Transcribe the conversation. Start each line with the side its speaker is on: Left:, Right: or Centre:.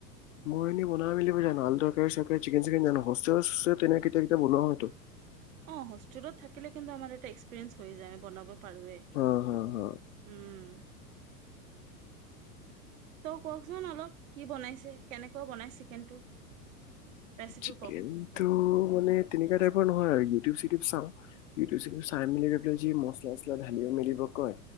Left: মই এনেই বনাব মেলিব জানো আলু তৰকাৰী চৰকাৰী, চিকেন টিকেন জানো হোষ্টেলে চস্তেলে তেনেকে কেতিয়াবা বনোৱা হয়তো।
Right: অ', হোষ্টেলত থাকিলে কিন্তু আমাৰ এটা এক্সপিৰিয়েঞ্চ হৈ যায় আমি বনাব পাৰোঁৱেই।
Left: হা হা হা
Right: উম। ত, কওকচোন অলপ কি বনাইছে কেনেকুৱা বনাই চিকেনটো। ৰেচিপি
Left: চিকেনটো
Right: কওক
Left: মানে তেনেকুৱা টাইপৰ নহয় আৰু ইউটিউব চিউটিউব চাওঁ। ইউটিউব চিউটিউব চাই মেলি গৈ পেলাই যি মচলা চছলা ঢালিব মেলিব কয়।